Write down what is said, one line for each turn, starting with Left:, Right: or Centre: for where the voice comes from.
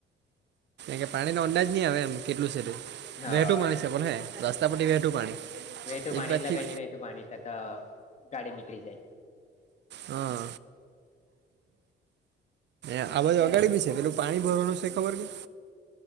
Right: કે પાણી ન અંદાજ નહી આવે એમ કેટલું છેું
Left: હા
Right: વહેઠું પાણી છે પણ હે રસ્તા પી વહેઠું પાણી
Left: વેતુ
Right: એક
Left: પાણી
Right: બાજથી
Left: લગઈ ન વેતું પાણી ત તો ગાડી નીકળી જાય.
Right: હા આ બાજુ અગાડી બી છે પેલું. પાણી ભરવાનું છે ખબર કે.